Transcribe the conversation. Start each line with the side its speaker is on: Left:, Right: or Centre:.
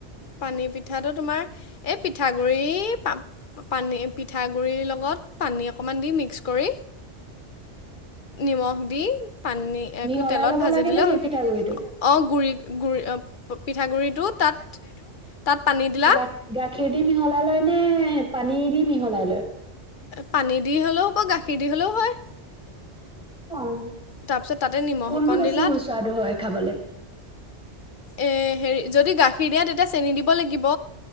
Left: পানী পিঠাটো তোমাৰ এই পিঠাগুৰি পা- পানী- পিঠাগুৰিৰ লগত পানী অকমান দি মিক্স কৰি, নিমখ দি পানী-
Centre: মিহলাই
Left: একো তেলত
Centre: ল'ব
Left: ভাজি
Centre: লাগে
Left: দিলে
Centre: নেকি
Left: হ'ল।
Centre: পিঠাগুড়িটো
Left: অ' গুৰি- গুৰি- অ' পিঠাগুড়িটো তাত তাত পানী দিলা
Centre: গা- গাখীৰ দি মিহলাই লয় নে পানী দি মিহলাই লয়?
Left: পানী দি হ'লেও বা গাখীৰ দি হ'লেও হয়।
Centre: অ'।
Left: তাৰপিছত তাতে নিমখ
Centre: কোনটো
Left: অকণ
Centre: বেছি
Left: দিলা
Centre: সুস্বাদু হয় খাবলৈ?
Left: এ হেৰি যদি গাখীৰ দিয়ে, তেতিয়া চেনি দিব লাগিব।